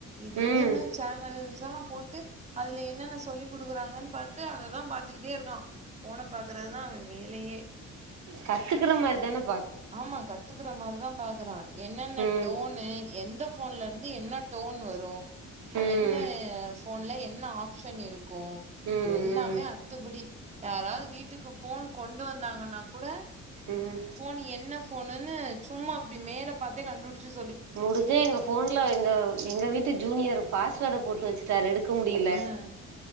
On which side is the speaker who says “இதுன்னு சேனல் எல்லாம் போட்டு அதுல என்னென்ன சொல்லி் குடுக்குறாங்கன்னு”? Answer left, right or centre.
Right